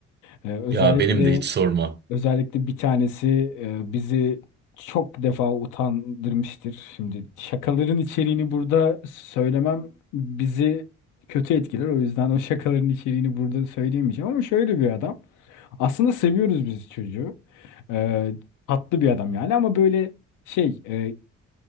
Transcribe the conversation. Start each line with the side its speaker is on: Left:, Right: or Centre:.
Left: Ee, özellikle
Right: Ya benim de hiç sorma.
Left: özellikle bir tanesi e, bizi çok defa utandırmıştır. Şimdi şakaların içeriğini burada söylemem bizi kötü etkiler. O yüzden o şakaların içeriğini burada söyleyemeyeceğim ama şöyle bir adam. Aslında seviyoruz biz çocuğu. Ee, tatlı bir adam yani ama böyle şey e,